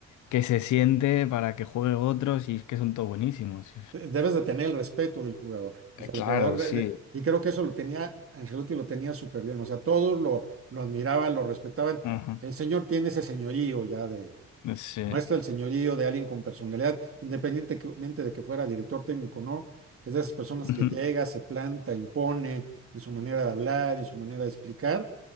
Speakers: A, on the left; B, on the right.
A: que se siente para que juegue otros y es que son todos buenísimos.
B: De- Debes de tener el respeto del jugador. O
A: Eh,
B: sea,
A: Claro,
B: el jugador,
A: sí.
B: eh, y creo que eso lo tenía, Ancelotti lo tenía súper bien. O sea, todos lo, lo admiraban, lo respetaban.
A: Ajá.
B: El señor tiene ese señorío ya de,
A: Sí.
B: muestra el señorío de alguien con personalidad, independientemente de que fuera director técnico o no. Es de esas personas
A: <laughs>
B: que llega, se planta, impone en su manera de hablar, en su manera de explicar.